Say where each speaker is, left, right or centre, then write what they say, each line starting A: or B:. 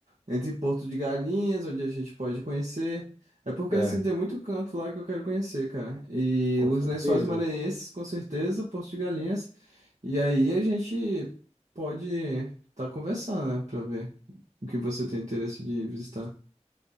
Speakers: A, on the right; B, on the right.
A: entre Porto de Galinhas, onde a gente pode conhecer. É porque
B: Certo.
A: assim tem muito canto lá que eu quero conhecer, cara. E
B: Com
A: os
B: certeza.
A: Lençóis Maranhenses, com certeza, Porto de Galinhas. E aí a gente pode estar conversando, né, Pra ver o que você tem interesse de visitar.